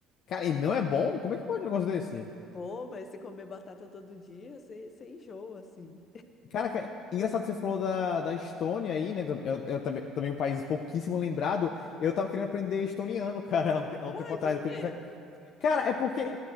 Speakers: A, on the left; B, on the left.
A: Cara, e não é bom? Como é que pode um negócio desse?
B: Pô, mas você comer batata todo dia, você, você enjoa, assim.
A: Cara, ca- engraçado que você falou da, da Estônia aí, né? Eu, eu também, também um país pouquíssimo lembrado. Eu tava querendo aprender estoniano, <laughs> cara, há um, te- há
B: Uai,
A: um tempo atrás,
B: por
A: acredita?
B: quê?
A: Cara, é porque é,